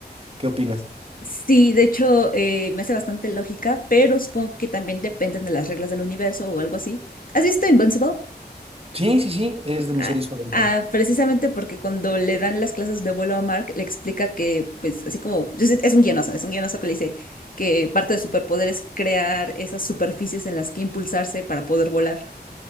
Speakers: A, on the right; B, on the left.
A: ¿Qué opinas?
B: Sí, de hecho, eh, me hace bastante lógica, pero supongo que también dependen de las reglas del universo o algo así. ¿Has visto Invincible?
A: Sí, sí, sí, es de
B: Ah,
A: mis series favoritas.
B: ah, precisamente porque cuando le dan las clases de vuelo a Mark, le explica que, pues, así como, yo sé- es un guionazo, es un guionazo que le dice que parte del superpoder es crear esas superficies en las que impulsarse para poder volar.